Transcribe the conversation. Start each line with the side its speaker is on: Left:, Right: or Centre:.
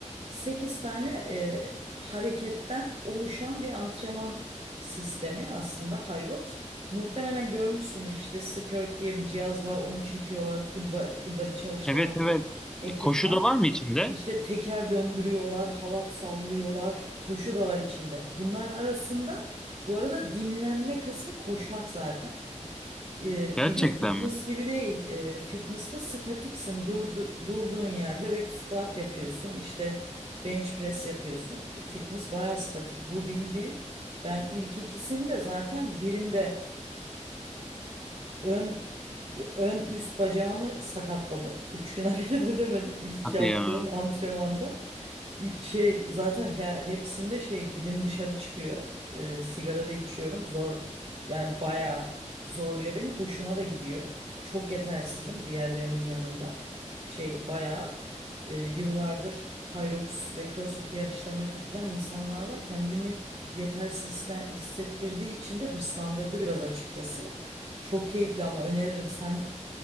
Right: 8 tane e, hareketten oluşan bir antrenman sistemi aslında Hyrox. Muhtemelen görmüşsündür işte Skirk diye bir cihaz var onu çekiyorlar full, ba- full body çalıştıran
Centre: Evet evet.
Right: bir ekipman.
Centre: Koşu da var mı içinde?
Right: İşte teker döndürüyorlar, halat sallıyorlar, koşu da var içinde. Bunların arasında bu arada dinlenme kısmı koşmak zaten. E,
Centre: Gerçekten
Right: bir de fitness
Centre: mi?
Right: gibi değil. E, fitness'ta statiksin. Durdu, durduğun yerde belki squat yapıyorsun. işte bench press yapıyorsun. Fitness bayağı statik. Bu bildiğin. Ben ilk ikisini de zaten birinde ön ön üst bacağımı sakatladım. Üç gün <laughs> hareket edemedim ilk
Centre: Hadi
Right: yaptığım
Centre: ya.
Right: antrenmanda. İ- Şey zaten he- hepsinde şey dilim dışarı çıkıyor. Ee, sigara da içiyorum. Zor yani bayağı zorluyor beni. Hoşuma da gidiyor. Çok yetersizim diğerlerinin yanında. Şey bayağı e, yıllardır Hyrox ve CrossFit yarışlarına katılan insanlar var. Kendimi yetersiz hisle- hissettirdiği için de hırslandırdı biraz açıkçası. Çok keyifli ama öneririm. Sen